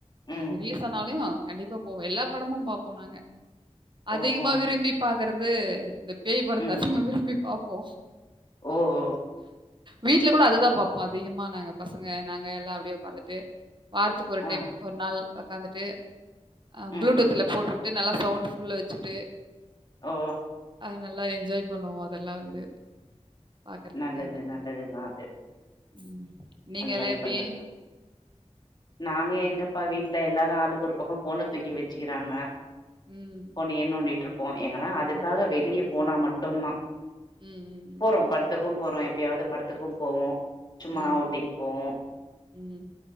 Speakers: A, on the left; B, on the right.
A: ம்
B: அது ரிலீஸ் ஆனாலு கண்டிப்பா போவோ எல்லா படமு பாப்போ நாங்க அதிகமா
A: ஓஹோ
B: விரும்பி பாக்கறது இந்த பேய் படத்த
A: ம்
B: <unintelligible> விரும்பி பாப்போ
A: ஓ ஓ
B: வீட்ல கூட அதுதா பாப்போ அதிகமா நாங்க பசங்க நாங்க எல்லா அப்டியே உக்காந்துட்டு வாரத்துக்கு ஒரு
A: ஆ
B: டைம் ஒரு நாள் உக்காந்துட்டு அ
A: ம்
B: ப்ளூடூத்துல போட்டு நல்லா சவுண்ட் ஃபுல்லா வச்சுட்டு
A: ஓ
B: அது நல்லா என்ஜாய் பண்ணுவோ அதெல்லா வந்து பார்க்கறதுக்கு
A: நல்லது
B: எங்களுக்கு.
A: நல்லதுதா அது
B: ம். நீங்கலாம்
A: அந்த மாரி
B: எப்படி?
A: பண்றது நாங்க எங்கப்பா வீட்ல எல்லாரு ஆளுக்கு ஒரு பக்கோ ஃபோன தூக்கி வச்சுக்கிறாங்க
B: ம்
A: போனயே நோண்டிட்ருப்போ எங்கன்னா அதுக்காக வெளிய போனா மட்டுந்தா
B: ம் ம் ம்
A: போறோ படத்துக்கு போறோ எப்பயாவது படத்துக்கு போவோ சும்மா
B: ம்.
A: அவுட்டிங் போவோ
B: ம், ம்.